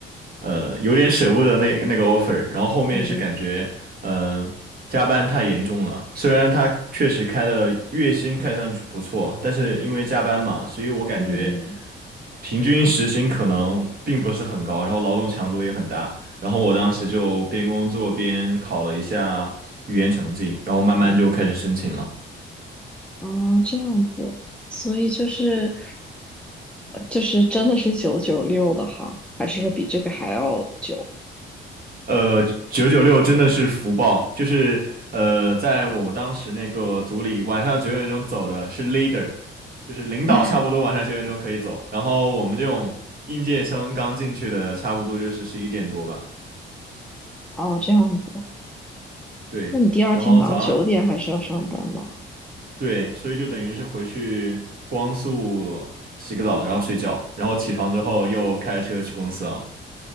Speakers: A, on the right; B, in the centre.
A: 呃，有点舍不得那那个 offer，然后后面是感觉，
B: 嗯嗯
A: 呃，加班太严重了。虽然他确实开的月薪看上去不错，但是因为加班嘛，所以我感觉
B: 嗯嗯嗯
A: 平均时薪可能并不是很高，然后劳动强度也很大。然后我当时就边工作边考了一下语言成绩，然后慢慢就开始申请了。
B: 嗯嗯嗯哦，这样子，所以就是就是真的是九九六的哈，还是说比这个还要久？
A: 呃，九九六真的是福报，就是呃，在我当时那个组里，晚上九点钟走的是 leader，就是领导，
B: <laughs>
A: 差不多晚上九点钟可以走。然后我们这种应届生刚进去的，差不多就是十一点多吧。
B: 哦，这样子，
A: 对，
B: 那你第二天早上九点还是要上班吗？
A: 然后早上对，所以就等于是回去光速洗个澡，然后睡觉，然后起床之后又开车去公司了。